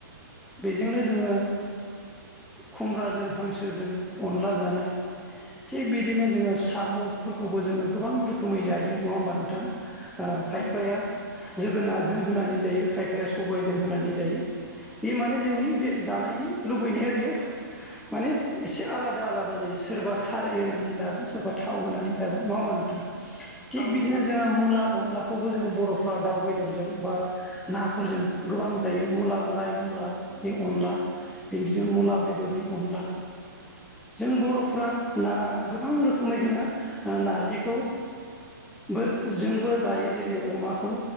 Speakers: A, in the centre; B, on the left.
A: बेजोंनो जोङो। खुमब्राजों हांसोजों अनला जानाय। थिग बिदिनो जोङो साम'फोरखौबो जोङो गोबां रोखोमै जायो नङा होमबा नोंथां‌। आ खायफाय
B: औ नोंथां
A: जोगोनारजों होनानै जायो खायफाया सबायजों होनानै जायो। बे माने जोंनि
B: औ नोंथां
A: बे जानायनि लुबैनाया बेयो माने एसे आलादा। आलादा आलादा जायो सोरबा खारै होनानै जागोन सोरबा थाव होनानै जागोन नङा होमबा नोंथां। थिग
B: औ
A: बिदिनो
B: नोंथां
A: जोङो मुला अनलाखौबो जोङो बर'फ्रा दाउ बेदरजों बा नाफोरजों गोबां जायो मुला लाइ मुलानि अनला बिदिनो मुला बेदरनि अनला जों
B: औ नोंथां
A: बर'फ्रा ना गोबां रोखोमै जोङो नारजिखौ। ब जोंबो जायो जेरै अमाखौ।